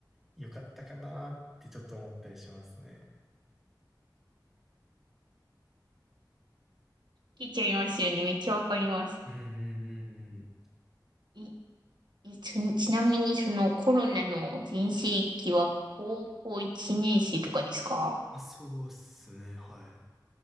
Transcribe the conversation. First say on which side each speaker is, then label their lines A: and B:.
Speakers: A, in the centre; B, on the right (about 70°).
A: よかったかなーってちょっと思ったりしますね。
B: 聞いちゃいますよね。めっちゃわかります。
A: うんうんうんうん。
B: い、い、ちなちなみにそのコロナの全盛期は高校1年生とかですか
A: まあ、そうっすね、はい。